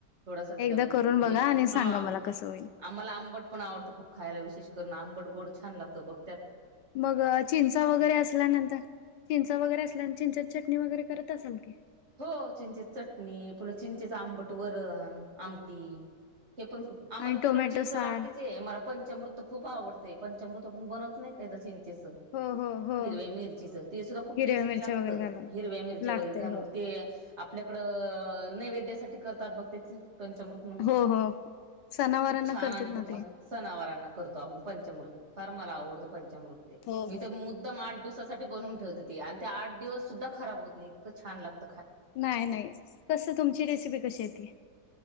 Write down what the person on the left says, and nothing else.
एकदा
करून बघा आणि सांगा
मला कसं होईल.
मग चिंचा वगैरे असल्यानंतर चिंचा वगैरे असल्या चिंचाची चटणी वगैरे करत असाल क
आणि
टोमॅटो
सार
हो हो हो
हिरव्या
मिरच्या
वगैरे घालून
लागतय
हो
हो हो सणावारांना
करतात
ना
ते
हो
हो
नाही नाही कसं तुमची रेसिपी कशी येती